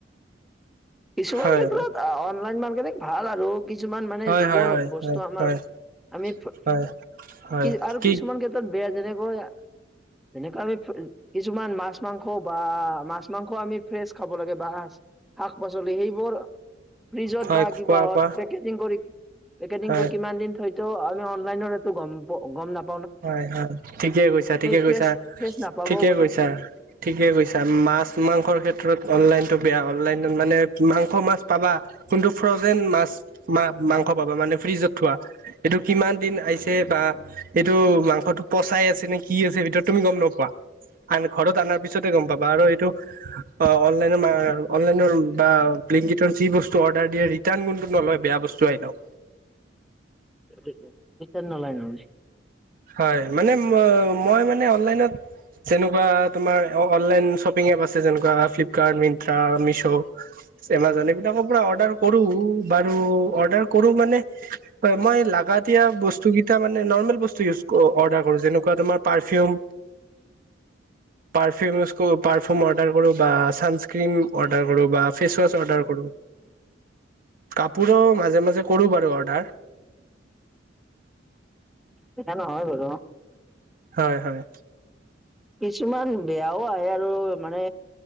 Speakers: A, in the centre; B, on the right.
A: কিছুমান
B: হয়
A: ক্ষেত্ৰত অনলাইন মাৰ্কেটিং ভাল আৰু কিছুমান মানে
B: হয়
A: যিবোৰ
B: হয় হয়
A: বস্তু
B: হয়
A: আমাৰ
B: হয়
A: আমি কি
B: হয় হয়
A: আৰু
B: কি
A: কিছুমান ক্ষেত্ৰত বেয়া যেনেকৈ। এনেকুৱা আমি কিছুমান মাছ মাংস বা মাছ মাংস আমি ফ্ৰেছ খাব লাগে বা শাক পাচলি সেইবোৰ ফিজত
B: হয়
A: বা কিবা
B: কোৱা কোৱা
A: পেকেজিং কৰি পেকেজিং
B: হয়
A: কৰি কিমান দিন থয় তো। আমি অনলাইনত সেইটো গম নাপ।
B: হয় হয়। ঠিকে কৈছা, ঠিকে
A: ফ্ৰেছ
B: কৈছা,
A: ফ্ৰেছ নাপাবও
B: ঠিকে
A: পাৰো
B: কৈছা। ঠিকে কৈছা। মাছ মাংসৰ ক্ষেত্ৰত অনলাইন টো বেয়া অনলাইনত মানে মাংস মাছ পাবা। কোনটো ফ্ৰজেন মাছা মাংস পাবা মানে ফ্ৰিজত থোৱা এইটো কিমান দিন আহিছে বা এইটো মাংসটো পচাই আছে নে কি আছে? ভিতৰত তুমি গম নোপোৱা। আন ঘৰত অনাৰ পিছতে গম পাবা আৰু এইটো। অ' অনলাই অনলাইনৰ বা লিংকৰ যি বস্তু অৰ্ডাৰ দিয়ে ৰিটাৰ্ণোনটো নলয় বেয়া ব বস্তু আহিলেওঁ।
A: ৰিৰ্টান নলয়।
B: হয় মানে মই মানে অনলাইনত যেনো কোৱা তোমাৰ অনলাইন শ্বপিং এপ আছে যেনেকুৱা ফ্লিপকাৰ্ট, মিনট্ৰা, মিছু' এমাজন এইবিলাকৰ পৰা অৰ্ডাৰ কৰো বাৰু অৰ্ডাৰ কৰো মানে মই ল গৰীয়া বস্তু কেইটা মানে নৰ্মেল বস্তু উচ অৰ্ডাৰ কৰো। যেনেকুৱাৰ তোমাৰ পাৰফিউম পাৰফিম পাৰফিউম অৰ্ডাৰ কৰো বা চানস্ক্ৰম অৰ্ডাৰ কৰো বা ফেচ ৱাচ অৰ্ডাৰ কৰো কাপোৰৰ মাজে মাজে কৰো বাৰু অৰ্ডাৰ
A: সেনেকা নহয় বাৰু!
B: হয় হয়।
A: কিছুমান বেয়াও আহে, আৰু মানে!